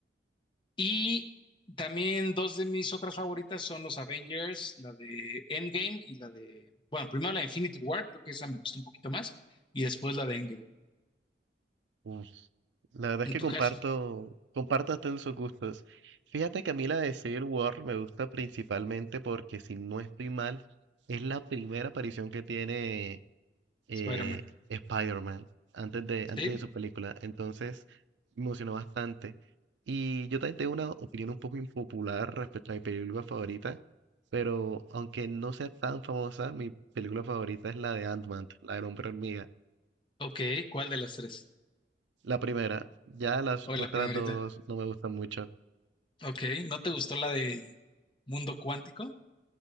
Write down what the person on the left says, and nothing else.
Y también dos de mis otras favoritas son los Avengers, la de Endgame y la de, bueno, primero la de Infinity War, creo que esa me gustó un poquito más, y después la de Endgame.
En
tu
caso,
Spider-Man.
Sí.
Ok, ¿cuál de las tres?
O
la primerita.
Ok, ¿no te gustó la de Mundo Cuántico?